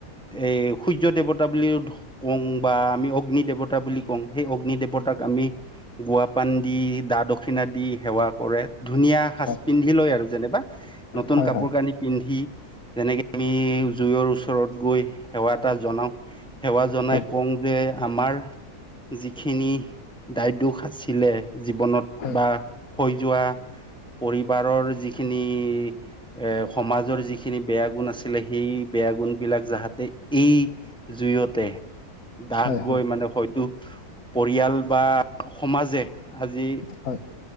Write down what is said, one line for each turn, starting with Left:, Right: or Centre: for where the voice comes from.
Centre: এই সূৰ্য দেৱতা বুলিও কওঁ বা আমি অগ্নি দেৱতা বুলি বুলি কওঁ। সেই অগ্নি দেৱতাক আমি গোৱা পান দি দা দক্ষিণা দি সেৱা কৰে। ধুনীয়া সাজ
Left: হয়
Centre: পিন্ধি লয় আৰু যেনেবা, নতুন
Left: হয়
Centre: কাপোৰ
Left: হয়
Centre: কানি পিন্ধি যেনেকে আমি জুইৰ ওচৰত গৈ সেৱা এটা জনাও, সেৱা জনাই
Left: হয়
Centre: কওঁ যে, আমাৰ যিখিনি দায়িত্ব আছিলে, জীৱনত
Left: হয়
Centre: বা হৈ যোৱা
Left: <inaudible>
Centre: পৰিবাৰৰ যিখিনি এ সমাজৰ যিখিনি বেয়া গুণ আছিলে, সেই বেয়া গুণ গুণ বিলাক যাহতে এই জুইয়তে দাগ
Left: হয় হয়
Centre: গৈ মানে হয়তো পৰিয়াল বা সমাজে আজি
Left: হয়